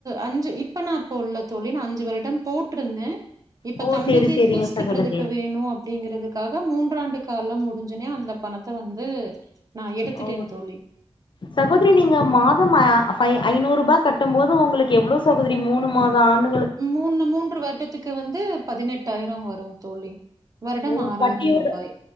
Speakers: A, on the right (about 35°); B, on the left (about 55°).
A: அஞ்சு இப்ப நா போடல தோழி நான் அஞ்சு வருடம் போட்ருந்தே இப்ப
B: ஓ
A: தம்பிக்கு
B: சேரி சேரிங்க
A: பீஸ் கட்டுறதுக்கு
B: சகோதரி
A: வேணு அப்டிங்கறதுக் க்காக மூன்றாண்டு காலம் முடிஞ்சனே அந்த பணத்த வந்து நான் எடுத்துட்டேன்
B: அவ்ங்க
A: தோழி.
B: சகோதரி நீங்க மாதம் ஐநூறுபா கட்டும் போது உங்களுக்கு எவ்ளோ சகோதரி மூணு மாதஆண்டு
A: மூணு மூன்று வருடத்துக்கு வந்து பதினெட்டாயிரோ வரு தோழி வருடம்
B: ஓ
A: ஆறாயிரம்
B: வட்டியோட
A: ருபாய்